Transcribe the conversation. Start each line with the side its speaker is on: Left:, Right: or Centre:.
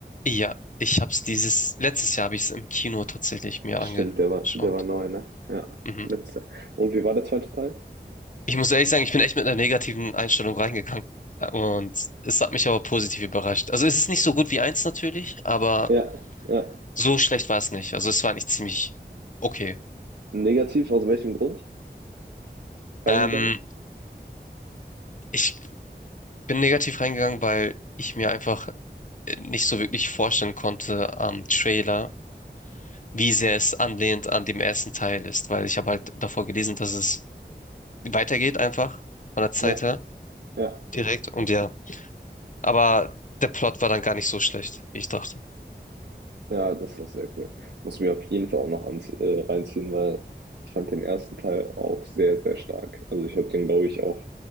Left: ja, ich hab's dieses, letztes Jahr habe ich es im Kino tatsächlich mir
Right: Stimmt,
Left: angeschaut.
Right: der war, der war neu, ne? Ja,
Left: Mhm.
Right: letzter. Und wie war der zweite Teil?
Left: Ich muss ehrlich sagen, ich bin echt mit einer negativen Einstellung reingegangen. Und es hat mich aber positiv überrascht. Also es ist nicht so gut wie eins natürlich, aber
Right: Ja, ja.
Left: so schlecht war es nicht. Also es war eigentlich ziemlich okay.
Right: Negativ, aus welchem Grund? Reingegangen?
Left: Ähm, ich bin negativ reingegangen, weil ich mir einfach nicht so wirklich vorstellen konnte am Trailer, wie sehr es anlehnt an dem ersten Teil ist. Weil ich habe halt davor gelesen, dass es weitergeht einfach von der Zeit
Right: Ja,
Left: her
Right: ja.
Left: direkt. Und ja, aber der Plot war dann gar nicht so schlecht, wie ich dachte.
Right: Ja, das war sehr cool. Muss mir auf jeden Fall auch noch anzie äh, reinziehen, weil ich fand den ersten Teil auch sehr, sehr stark. Also ich habe den, glaube ich, auch